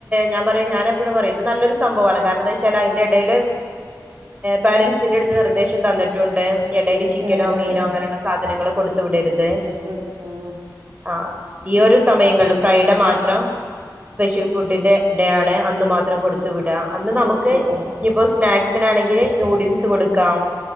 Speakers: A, on the right; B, on the right.
A: ഞാൻ പറയും ഞാന് എപ്പഴും പറയും ഇത് നല്ലൊരു സംഭവാണ് കാരണം എന്താ വെച്ചാ അയ്ന്റെ എടില് പാരൻസിന്റെ അടുത്ത് നിർദ്ദേശം തന്നിട്ടുണ്ട് എടില് ചിക്കനോ
B: ആഹ് ആഹ്
A: മീനോ
B: ആഹ്
A: അങ്ങനെള്ള സാധനങ്ങൾ കൊട് ത്ത് വിടരുത്
B: <unintelligible>
A: ആ ഈ ഒരു സമയങ്ങളും ഫ്രൈഡ മാത്രം സ്പെഷ്യൽ ഫുഡിന്റെ ഡേ ആണ് അന്ന് മാത്രം കൊടുത്ത് വിടാ അന്ന് നമുക്ക്
B: കൊടുത്തു വിടാവും
A: ഇഞ്പ്പ സ്നാക്സിനാണെങ്കില് നൂഡിൽസ് കൊടുക്കാം